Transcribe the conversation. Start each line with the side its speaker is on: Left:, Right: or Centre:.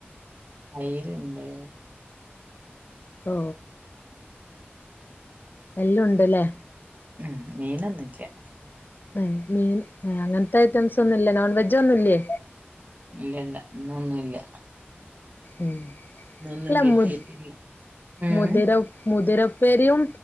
Right: തൈര്ണ്ട്
Left: ഓ എല്ലൊം ഉണ്ട്ല്ലേ
Right: ഉം മീനൊന്നുല്ല
Left: ഉം മീൻ അങ്ങനത്തെ ഐറ്റംസ് ഒന്നുല്ല നോൺ വെജ ഒന്നുല്ലേ
Right: ഇലല്ല ഇന്നൊന്നുല്ല
Left: ഉം
Right: ഇന്നൊന്നും
Left: ഇല്ല
Right: കിട്ടിയിട്ടില്ല
Left: മുത്
Right: ഉം
Left: മതിര ഉപ്പേ മുതിരപ്പേരിയും